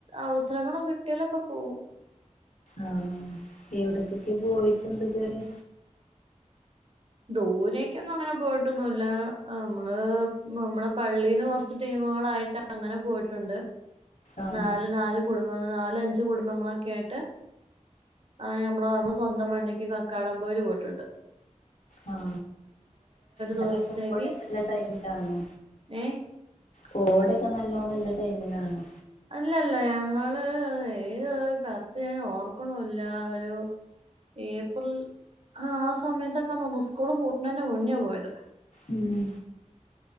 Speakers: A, on the right; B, on the left.
A: അവസരങ്ങള് കിട്ടിയാലൊക്കെ പോവും
B: ആ എവിടക്കൊക്കെ പോയിട്ടിണ്ടിതുവരെ
A: ദൂരേക്കൊന്നും അങ്ങനെ പോയിട്ടൊന്നൂല്ല നമ്മള് നമ്മളെ പള്ളീന്ന് കൊറച്ച് ടീം മോളായിട്ട് അങ്ങനെ പോയിട്ടുണ്ട്
B: ആഹ്
A: നാല് നാല് കുടുംബങ്ങള് നാല അഞ്ച് കുടുംബങ്ങളൊക്കെ ആയിട്ട് അയെ നമ്മള നമ്മൾ സ്വന്തം വണ്ണിക്ക് കക്കാടം പോയേല് പോയിട്ടൊണ്ട്
B: ആ നല്ല
A: ദിവസത്തേക്ക്
B: കോടല്ലെള്ള ടൈമിലാണോ
A: ഏ
B: കോടെക്കെ നല്ലോണല്ല ടൈമിലാണോ
A: അല്ലല്ല ഞങ്ങള്ള് ഏത് കറുത്ത് ഞാൻ ഓർക്കണല്ല ഒരു ഏപ്രിൽ ആ ആ സമയത്തൊക്കെ ഒന്ന് സ്കൂള് പൂട്ട തന്നെ മുന്നേ പോയത്
B: ഉം